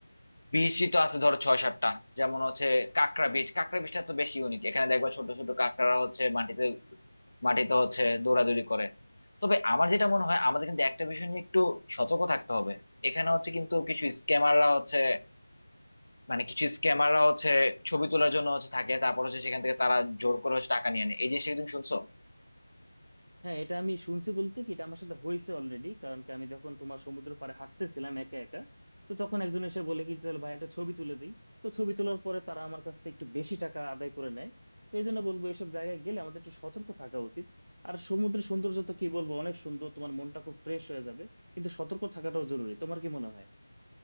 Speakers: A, on the left; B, on the right.
A: বিচই তো আছে ধরো ছয় সাতটা যেমন হচ্ছে কাঁকড়া
B: হুম
A: বিচ কাঁকড়া বিচটা তো বেশি ইউনিক এখানে দেখবা ছোট ছোট কাঁকড়ারা হচ্ছে মাটিতে মাটিতে হচ্ছে দৌড়াদৌড়ি করে তবে আমার যেটা মনে হয় আমাদের কিন্তু একটা বিষয় নিয়ে একটু সতর্ক থাকতে হবে এখানে হচ্ছে কিন্তু কিছু স্ক্যামাররা হচ্ছে মানে কিছু স্ক্যামাররা হচ্ছে ছবি তোলার জন্য হচ্ছে থাকে তারপর হচ্ছে সেখান থেকে তারা জোর
B: হুম
A: করে হচ্ছে টাকা নিয়ে নেয় এই জিনিসটা কি তুমি শুনছো
B: হ্যাঁ এটা আমি শুনছি বলতে কি এটা আমার সাথে হয়েছে অলরেডি কারণ কি আমি যখন তোমার সমুদ্র পাড়ে হাঁটতেছিলাম একা একা তো তখন একজন এসে বলে কি চল ভাই একটা ছবি তুলে দিই তো ছবি তোলার পরে তারা আমার কাছ থেকে একটু বেশি টাকা আদায় করে নেয় তো এই জন্য বলবো এইসব জায়গায় গেলে আমাদের একটু সতর্ক থাকা উচিত আর সমুদ্রের সৌন্দর্য তো কি বলবো অনেক সুন্দর তোমার মনটা খুব ফ্রেশ হয়ে যাবে কিন্তু সতর্ক থাকাটাও জরুরি তোমার কি মনে হয়